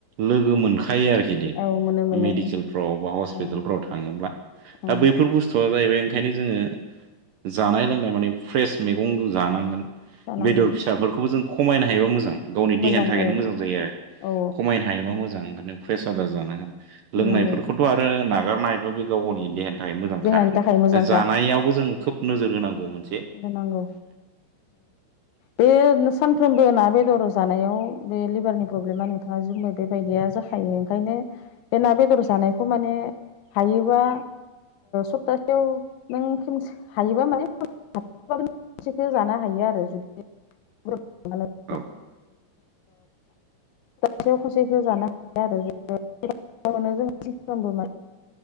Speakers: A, on the right; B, on the left.
A: लोगो मोनखायो आरोखि
B: औ मोनो मोनो
A: मेडिकेलफ्राव बा हस्पिटालफ्राव
B: औ
A: थाङोब्ला
B: औ
A: दा बै जाहैबाय ओंखायनो जोङो जानाय लोंनाय माने फ्रेस मैगं जानांगोन।
B: जानांगौ
A: बेदर फिसाफोरखौबो जों खमायनो हायोबा मोजां गावनि
B: मोजां
A: देहानि थाखायनो
B: औ
A: मोजां जायो आरो।
B: औ
A: खमायनो हायोबा मोजां ओंखायनो प्रेसार जानो हाया आदार जानांगोन लोंनायफोरखौथ'
B: नंगौ
A: आरो नाग हागारनो हायोबा बे गाव गावनि देहानि थाखाय मोजांखा
B: देहानि थाखाय मोजांखा
A: जानायावबो जों खोब नोजोर होनांगौमोन।
B: होनांगौ बे सानफ्रोमबो ना बेदर जानायाव बे लिभारनि प्रब्लेमा नोंथाङा जु जाखायो ओंखायनो बे ना बेदर जानायखौ माने हायोबा सप्तासेयाव नों खसे हायोबा माने हाथखौ <unintelligible> जानो हायो आरो जुदि <unintelligible>
A: औ
B: सेयाव खनसेखौ जानो हाया आरोनो जों थि खालामबो